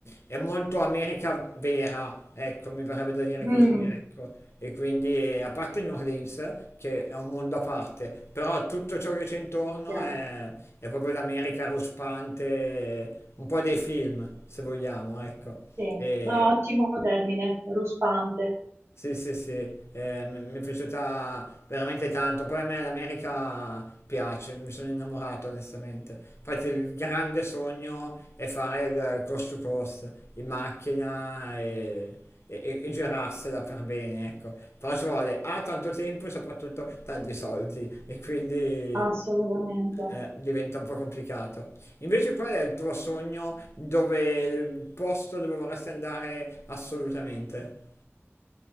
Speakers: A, on the left; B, on the right.
A: è molto America vera, ecco, mi verrebbe da dire
B: Mm,
A: così, ecco. E quindi, a parte New Orleans, che è un mondo a parte, però tutto ciò che c'è intorno
B: chiaro.
A: è, è proprio l'America ruspante, un po' dei film, se vogliamo, ecco.
B: Sì,
A: E,
B: No, ottimo termine, ruspante,
A: sì, sì, sì, eh, mi mi è piaciuta veramente tanto. Poi a me l'America piace, mi sono innamorato onestamente. Infatti il grande sogno è fare il coast to coast in macchina e, e, e- e girarsela per bene, ecco. Però ci vuole A, tanto tempo e soprattutto tanti soldi e quindi
B: assolutamente.
A: eh, diventa un po' complicato. Invece qual è il tuo sogno dove il posto dove vorresti andare assolutamente?